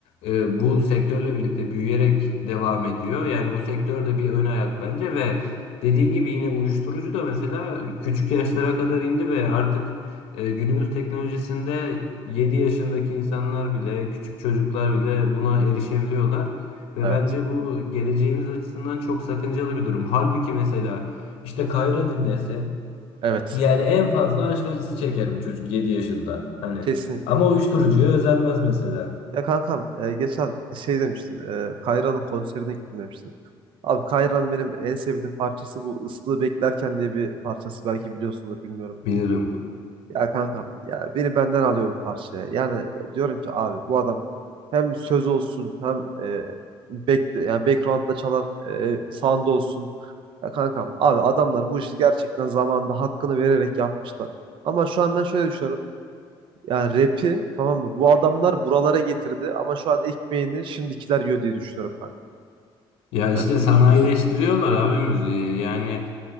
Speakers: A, on the left (about 85°); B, on the right (about 60°).
A: e, bu sektörle birlikte büyüyerek devam ediyor. Yani bu sektör de bir ön ayak bence ve dediğin gibi yine uyuşturucu da mesela küçük yaşlara kadar indi ve artık e, günümüz teknolojisinde 7 yaşındaki insanlar bile, küçük çocuklar bile buna erişebiliyorlar. Ve
B: Evet.
A: bence bu geleceğimiz açısından çok sakıncalı bir durum. Halbuki mesela işte Kayra dinlese
B: Evet.
A: yani en fazla aşk acısı çeker bu çocuk 7 yaşında. Hani
B: Kesinlikle.
A: ama uyuşturucuya özenmez mesela.
B: Ya kankam e, geçen şey demiştin. E, Kayra'nın konserine gittim demiştin. Abi Kayra'nın benim en sevdiğim parçası bu Islığı Beklerken diye bir parçası. Belki biliyorsundur bilmiyorum.
A: Bilirim.
B: Ya kankam ya beni benden alıyor bu parçaya. Yani diyorum ki abi bu adam hem söz olsun hem e, back, yani background'da çalan e, sound olsun. Ya kankam abi adamlar bu işi gerçekten zamanında hakkını vererek yapmışlar. Ama şu an ben şöyle düşünüyorum. Yani rap'i tamam mı? Bu adamlar buralara getirdi ama şu an ekmeğini şimdikiler yiyor diye düşünüyorum kanka.
A: Ya işte
B: Yani sen
A: sanayileştiriyorlar
B: de düşünüyorsun.
A: abi müziği. Yani